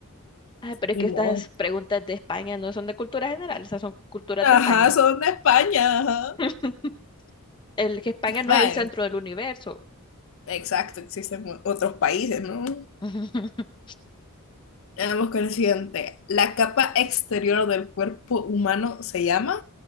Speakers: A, on the left (about 20°); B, on the left (about 65°).
A: Ay, pero es
B: Ni
A: que estas
B: modo.
A: preguntas de España no son de cultura general, esas son culturas
B: Ajá,
A: de España.
B: son de España. Ajá.
A: <laughs> El que España no
B: Vaya.
A: es el centro del universo.
B: Exacto, existen mu- otros países, ¿no?
A: <laughs>
B: Vamos con el siguiente. La capa exterior del cuerpo humano se llama